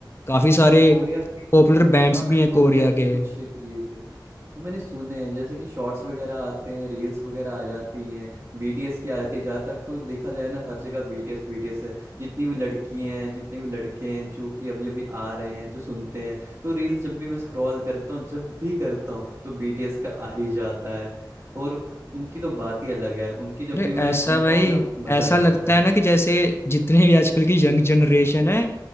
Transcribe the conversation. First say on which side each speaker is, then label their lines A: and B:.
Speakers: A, on the left; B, on the right.
A: काफी सारे
B: कोरिया के
A: पॉपुलर बैंड्स
B: हाँ मैंने
A: भी हैं
B: कोरिया
A: कोरिया
B: के
A: के
B: कुछ किए थे वो मैंने सुने हैं जैसे कि शॉर्ट्स वगैरह आते हैं रील्स वगैरह आ जाती हैं बीटीएस की आ जाती है ज़्यादातर तो देखा जाए ना हर जगह बीटीएस बीटीएस है जितनी भी लड़की हैं जितने भी लड़के हैं जो कि अभी अभी आ रहे हैं जो सुनते हैं तो रील्स जब भी मैं स्क्रॉल करता हूँ जब भी करता हूँ तो बीटीएस का आ ही जाता है और उनकी तो बात ही अलग है उनकी जब
A: अरे
B: भी मैं
A: ऐसा
B: सुनता
A: भाई
B: हूँ ना मज़ा
A: ऐसा
B: ही आ
A: लगता
B: जाता
A: है
B: है
A: ना कि जैसे जितने भी आजकल की यंग जनरेशन है